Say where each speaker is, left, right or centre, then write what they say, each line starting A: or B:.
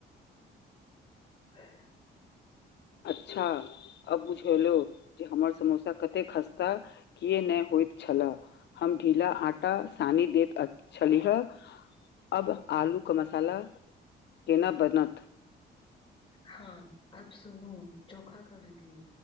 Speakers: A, on the left; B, on the left.
A: <inaudible>
B: अच्छा अब बुझगेलौन जे हमर समोसा कते खस्ता किए नहि होइत छले हम ढीला आटा सानी देत अत छलिहे अब आलू के मसाला केना बनत
A: हँ अब सुनू चोखा के विधि